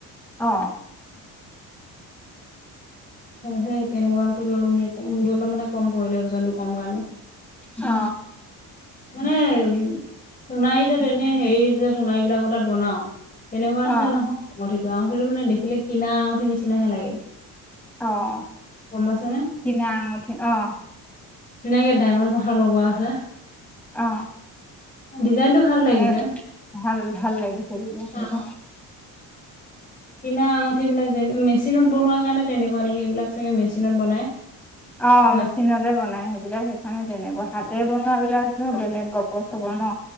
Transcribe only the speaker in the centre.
অ।
অ।
অ
অহ
কিনে আঙঠি অহ।
অহ।
মানে
ভাল ভাল লাগিছে তেতিয়া হলে
ন।
অ
মেচিনতে বনাই সেইবিলাক সেইকাৰণে তেনেকা হাতে বন। সেইবিলাক ন বেলেগ গপ চব ন।